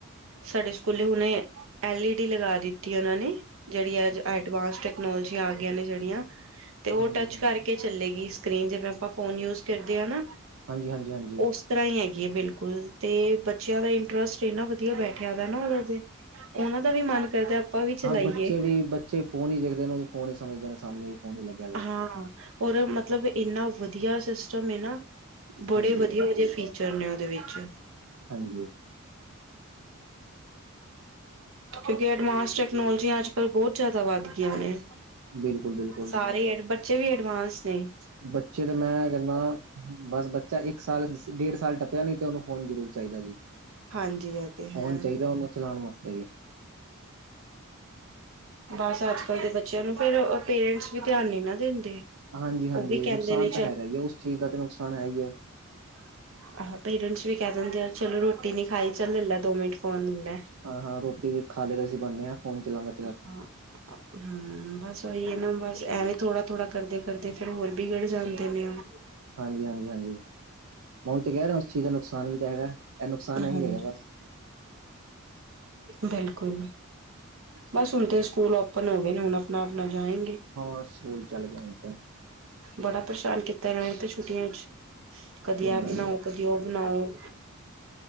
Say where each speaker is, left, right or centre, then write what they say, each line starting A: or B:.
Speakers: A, on the right (about 65°); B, on the right (about 80°).
A: ਸਾਡੇ ਸਕੂਲੇ ਹੁਣੇ ਐਲਈ ਡੀ ਲਗਾ ਦਿੱਤੀ ਉਹਨਾਂ ਨੇ ਜਿਹੜੀ ਆ
B: ਅੱਛਾ
A: ਅਡਵਾਂਸ ਟੈਕਨੋਲੋਜ ਆ ਗਈਆਂ ਨੇ ਜਿਹੜੀਆਂ ਤੇ ਉਹ
B: ਹਾਂਜੀ
A: ਟੱਚ
B: ਹਾਂਜੀ
A: ਕਰਕੇ ਚੱਲੇਗੀ ਸਕਰੀਨ ਜਿਵੇਂ ਆਪਾਂ ਫੋਨ ਯੂਜ ਕਰਦੇ ਹਾਂ ਨਾ
B: ਹਾਂਜੀ, ਹਾਂਜੀ, ਹਾਂਜੀ,
A: ਉਸ ਤਰ੍ਹਾਂ ਹੀ ਹੈਗੀ ਹੈ ਬਿਲਕੁਲ, ਤੇ ਬੱਚਿਆਂ ਦਾ ਇੰਟਰਸਟ ਇੰਨਾ ਵਧੀਆ ਬੈਠਿਆ ਨਾ ਗਾ ਉਹਨਾ ਤੇ ਉਹਨਾਂ ਦਾ ਵੀ ਮਨ ਕਰਦਾ, ਵੀ ਚਲਾਈਏ
B: ਹਾਂ ਬੱਚੇ ਵੀ, ਬੱਚੇ ਫੋਨ ਹੀ ਦੇਖਦੇ ਨੇ ਉਹ ਵੀ ਫੋਨ ਹੀ ਸਮਝਦੇ ਨੇ ਸਾਮਣੇ ਹੀ ਫੋਨ ਹੀ ਲੱਗਿਆ ਹੈ
A: ਹਾਂ ਔਰ ਮਤਲਬ ਇੰਨਾ ਵਧੀਆ ਸਿਸਟਮ ਹੈ ਨਾ, ਬੜੇ
B: ਹਾਂਜੀ
A: ਵਧੀਆ ਵਧੀਆ ਝਰਨਿਆਂ ਦੇ ਵਿੱਚ,
B: ਹਾਂਜੀ,
A: ਕਿਉਂਕਿ ਅਡਵਾਂਸ ਟੈਕਨੋਲੋਜੀ ਅੱਜ ਕੱਲ੍ਹ ਬਹੁਤ ਜਿਆਦਾ ਵੱਧ ਗਈਆਂ ਨੇ
B: ਬਿਲਕੁਲ, ਬਿਲਕਲ
A: ਸਾਰੇ ਬੱਚੇ ਵੀ ਐਡਵਾਂਸ ਨੇ,
B: ਬੱਚੇ ਤੇ ਮੈਂ ਕਹਿੰਦਾ, ਬਸ ਬੱਚਾ ਇੱਕ ਸਾਲ ਡੇਢ ਸਾਲ ਟੱਪਿਆ ਨੀ ਤੇ ਉਹਨੂੰ ਫੋਨ ਜ਼ਰੂਰ ਚਾਹੀਦਾ ਜੀ,
A: ਹਾਂਜੀ ਇਹ ਤੇ ਹੈ
B: ਫੋਨ ਚਾਹੀਦਾ ਉਹਨੂੰ ਚਲਾਉਣ ਵਾਸਤੇ ਜੀ,
A: ਬਸ ਅੱਜ ਕੱਲ ਦੇ ਬੱਚਿਆਂ ਨੂੰ ਫੇਰ ਪੇਰੈਂਟਸ ਵੀ ਧਿਆਨ ਨੀ ਨਾ ਦਿੰਦੇ,
B: ਹਾਂਜੀ ਹਾਂਜੀ
A: ਉਹ ਵੀ ਕਹਿੰਦੇ
B: ਨੁਕਸਾਨ
A: ਨੇ
B: ਤਾਂ ਹੈਗਾ ਹੀ ਆ ਉਸ ਚੀਜ਼ ਦਾ ਤਾਂ ਨੁਕਸਾਨ ਹੈ ਹੀ ਹੈ,
A: ਉੱਤਮ ਆਹੋ ਪੇਰੈਂਟਸ ਵੀ ਕਹਿ ਦਿੰਦੇ ਆ ਚਲੋ ਰੋਟੀ ਨੀ ਖਾਈ ਚੱਲ ਲੈਲਾ ਦੋ ਮਿੰਟ ਫੋਨ ਲੈਲਾ
B: ਹਾਂ ਹਾਂ ਰੋਟੀ ਖਾ ਲੇ ਅਸੀਂ ਬਣਨੇ ਹਾਂ ਫੋਨ ਚਲਾਂਦਾ
A: ਹਾਂ ਹੂੰ ਬਸ ਉਹੀ ਹੈ ਨਾ ਬਸ ਐਵੇਂ ਥੋੜਾ ਥੋੜ੍ਹਾ ਕਰਦੇ ਕਰਦੇ ਫੇਰ ਹੋਰ ਵਿਗੜ ਜਾਂਦੇ ਨੇ ਉਹ
B: ਹਾਂਜੀ, ਹਾਂਜੀ, ਹਾਂਜੀ ਮੈਂ ਤਾਂ ਕਹਿ ਰਿਹਾ ਉਸ ਚੀਜ਼ ਦਾ ਨੁਕਸਾਨ ਵੀ ਤਾਂ ਹੈਗਾ ਇਹ ਨੁਕਸਾਨ ਇਹੀ
A: ਹਾਂਜੀ
B: ਹੈਗਾ ਬਸ
A: ਬਿਲਕੁਲ ਬਸ ਹੁਣ ਤੇ ਸਕੂਲ ਓਪਨ ਹੋ ਗਏ ਨੇ ਹੁਣ ਆਪਣਾ ਆਪਣਾ ਜਾਏਗੇ
B: ਬਸ ਸਕੂਲ ਚਲ ਗੇ ਹੁਣ ਤਾਂ
A: ਬੜਾ ਪਰੇਸ਼ਾਨ ਕੀਤਾ ਇਹਨਾਂ ਨੇ ਛੁੱਟੀਆਂ ਚ'ਕਦੀ ਐ
B: ਹਾਂਜੀ
A: ਬਣਾਓ, ਕਦੇ ਉਹ ਬਣਾਓ।